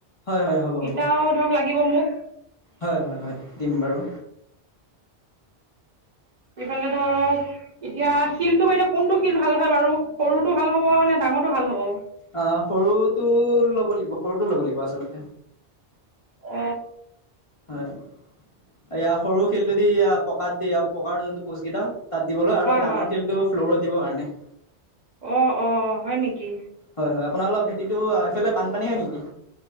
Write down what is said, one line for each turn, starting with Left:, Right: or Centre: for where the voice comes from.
Left: হয় হয় হ'ব হ'ব
Right: ইটাও ধৰক লাগিব মোক।
Left: হয় হয় হয় দিম বাৰু।
Right: ইফালে ধৰক এতিয়া শিলটো বাইদেউ কোনটো শিল ভাল হয় বাৰু সৰুটো ভাল হব নে ডাঙ। ডাঙৰটো ভাল হ'ব।
Left: অ সৰুটো ল'ব লাগিব সৰুটো ল'ব লাগিব আচলতে
Right: অ।
Left: হয় ইয়াৰ সৰু শিলটোদি পকাত দিয়া পকাৰ যোনটো পোজ কেইটা। তাত দিবলৈ আৰু
Right: হয়
Left: ডাঙৰ শিলটো ফ্ল'ৰত দিবৰ কাৰণে।
Right: অ অ হয় নেকি।
Left: হয় হয় আপোনাৰ অলপ ভেটিটো আহ সেইফালে বানপানী হয় নেকি।